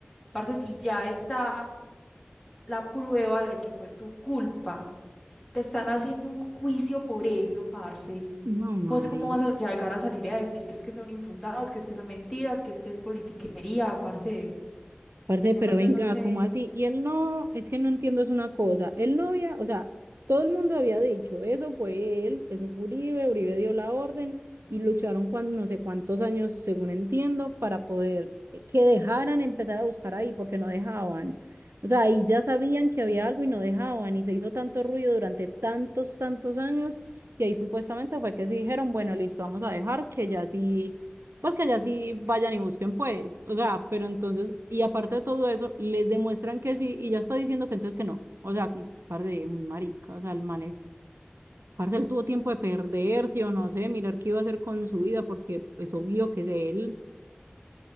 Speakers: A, in the centre; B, on the right.
A: Parce, si ya está la prueba de que fue tu culpa, te están haciendo un juicio por eso, parce.
B: No, Mari.
A: ¿Vos cómo vas a llegar a salir a decir que es que son infundados, que es que son mentiras, que es que es politiquería, parce?
B: Parce,
A: Ese
B: pero
A: man,
B: venga,
A: yo no sé.
B: ¿cómo así? Y él no, es que no entiendo, es una cosa. Él no había, o sea, todo el mundo había dicho, eso fue él, eso fue Uribe, Uribe dio la orden y lucharon cuando, no sé cuántos años, según entiendo, para poder que dejaran empezar a buscar ahí, porque no dejaban. O sea, ahí ya sabían que había algo y no dejaban, y se hizo tanto ruido durante tantos, tantos años, que ahí supuestamente fue que sí dijeron, bueno, listo, vamos a dejar que ya sí pues que allá sí vayan y busquen, pues. O sea, pero entonces, y aparte de todo eso, les demuestran que sí, y ya está diciendo que entonces que no. O sea, como, par de muy marica. O sea, el man es, parte él tuvo tiempo de perderse o no sé, mirar qué iba a hacer con su vida, porque es obvio que es él.